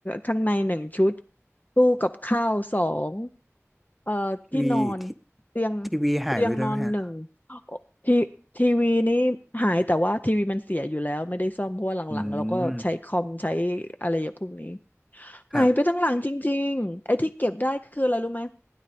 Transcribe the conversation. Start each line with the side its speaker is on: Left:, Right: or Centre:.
Left: ข้างในหนึ่งชุดตู้กับข้าวสองเอ่อที่นอน
Centre: ทีวีที
Left: เตียง
Centre: ทีวีหายไปด้วยไหมฮะ
Left: เตียงนอนหนึ่งโอทีทีวีนี้หายแต่ว่าทีวีมันเสียอยู่แล้วไม่ได้ซ่อมเพราะว่าหลังๆเราก็ใช้คอมใช้
Centre: อืม
Left: อะไรอย่างพวกนี้
Centre: ครับ
Left: หายไปทั้งหลังจริงๆไอ้ที่เก็บได้คืออะไรรู้ไหม